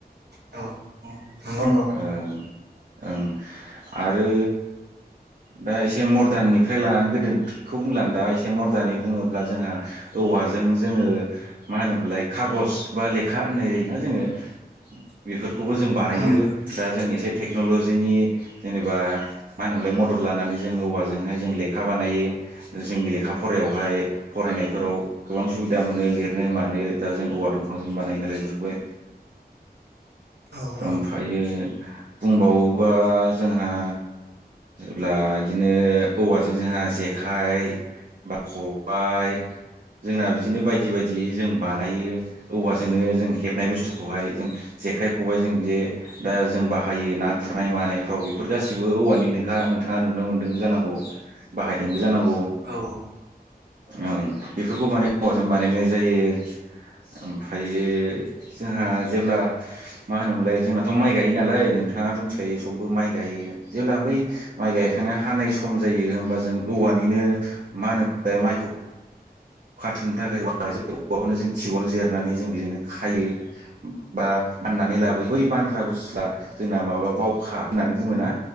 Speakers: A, on the right; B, on the right.
A: औ।
B: ओं
A: नंगौ नंगौ
B: ओं आरो दा एसे मदार्ननिफ्राय लानानै गोदोखौ बुंलां दा एसे मदार्न बुङोब्ला जोंहा औ औवाजों जोङो मा होनोमोनलाय खागज बा लेखा होननाय जायोना जोङो बेफोरखौबो जों बानायो
A: उम
B: दा जों एसे टेकनल'जिनि जेनेबा मा होनोमोनलाय मदद लानानै जों औवाजोंहाय जों लेखा बानायो। जोंनि लेखा फरायावहाय फरायनायफोराव गोबां सुबिदा मोनो लिरनो मानो दा जों हौवा दंफांजों बानायो नालाय बेफोरखौहाय
A: औ औ
B: ओमफ्रायो बुंबावोबा जोंहा जेब्ला इदिनो औवाजों जोंहा जेखाइ बा खबाय जोंना बिदिनो बायदि बायदि जों बानायो औवाजोंनो जों हेबनाय बुस्थुखौहाय जों जेखाइ खबायजों जे दा जों बाहायो ना गुरनाय मानायफ्राव बेफोर गासिबो औवानिनोखा नोंथाङा नुनो मोनदों। जानांगौ बाहायदोंबो जानांगौ।
A: औ।
B: ओं बेफोरखौ माने हौवाजाजों बानायनाय जायो। ओमफ्रायो जोंहा जेब्ला मा होनोम लाय जोंनाथ' माइ गायोमोन नालाय नोंथाङाथ' मिथिखायो सबबो माइ गायो जेब्ला बै माइ गायखां हा नाय सम जायो होमबा जों औवानिनो मा होनो मोनलाय माइखौ खाथुमनो थाखाय <unintelligible> औवाखौनो जों थिवल जिरनानै जों बिदिनो खायो बा फाननानै लाबो बै बानग्रा बुसथुआ जोंना माबा बावखा होननानै बुङोना